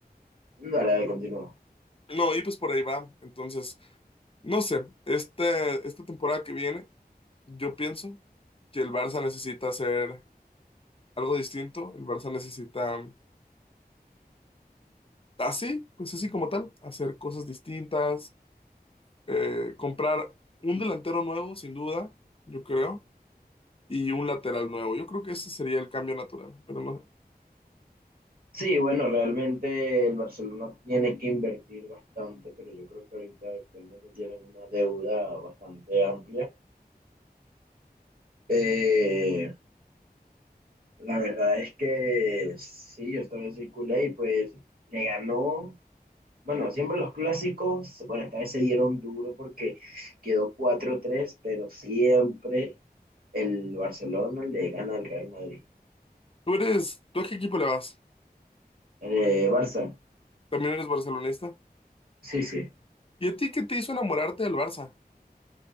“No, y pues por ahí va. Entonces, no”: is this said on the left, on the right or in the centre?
Left